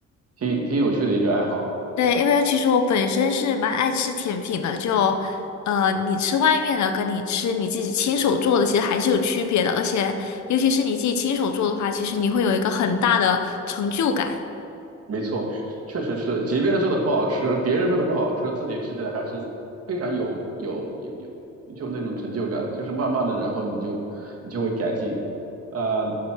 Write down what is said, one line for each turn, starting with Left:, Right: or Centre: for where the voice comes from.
Right: 挺挺有趣的一个爱好。
Left: 对，因为其实我本身是蛮爱吃甜品的，就呃，你吃外面的跟你吃你自己亲手做的，其实还是有区别的，而且尤其是你自己亲手做的话，其实你会有一个很大的成就感
Right: 没错，确实是，即便他做的不好吃，别人说的不好吃，自己吃起来还是非常有有有有，就那种成就感，就是慢慢的，然后你就你就会改进。呃，